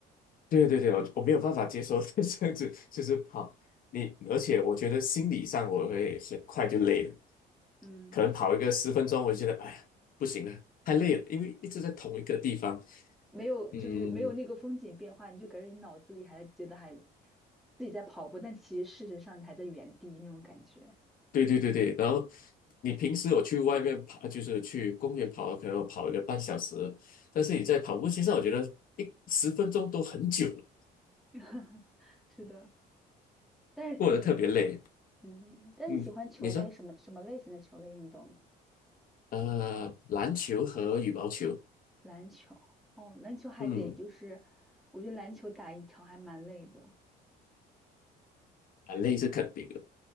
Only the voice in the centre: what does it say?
嗯。
没有，
就是没有那个风景变化，你就感觉你脑子里还觉得还自己在跑步，但其实事实上你还在原地那种感觉。
<laughs> 是的，但是你，
嗯，但你喜欢球类什么什么类型的球类运动呢？
篮球，哦，篮球还得就是，
我觉得篮球打一场还蛮累的。